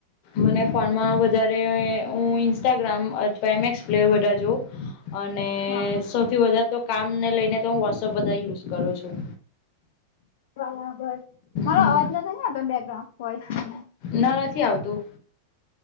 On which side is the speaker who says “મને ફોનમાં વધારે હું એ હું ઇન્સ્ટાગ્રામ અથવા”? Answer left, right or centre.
Left